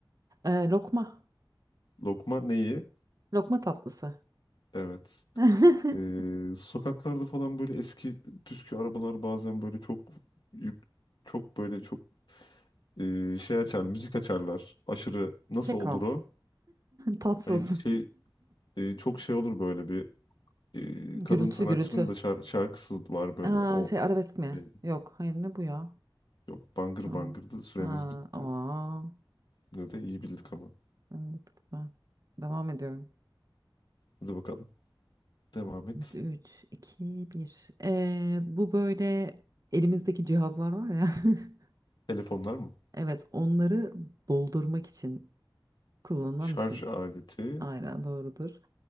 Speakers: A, on the right; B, on the left.
A: E, lokma,
B: Lokma neyi?
A: lokma tatlısı,
B: Evet.
A: <laughs>
B: Ee, sokaklarda falan böyle eski püskü arabalar bazen böyle çok yük- çok böyle çok e, şey açar, müzik açarlar. Aşırı nasıl
A: keko,
B: olur o?
A: <laughs>
B: Hayır
A: tatsız.
B: şey e, çok şey olur böyle bir e,
A: Gürültü
B: kadın sanatçının
A: gürültü.
B: da şar- şarkısı var böyle.
A: Aa,
B: O
A: şey arabesk mi?
B: şeydi.
A: Yok. Hayır ne bu ya?
B: Yok bangır
A: Canım.
B: bangırdı. Süremiz
A: Ha,
B: bitti.
A: aa,
B: Yine de iyi bildik ama.
A: evet güzel. Devam ediyorum.
B: Hadi bakalım. Devam et.
A: Üç, iki, bir. Ee, bu böyle elimizdeki cihazlar var ya. <laughs>
B: Telefonlar mı?
A: Evet onları doldurmak için kullanılan
B: Şarj
A: bir şey.
B: aleti.
A: Aynen doğrudur.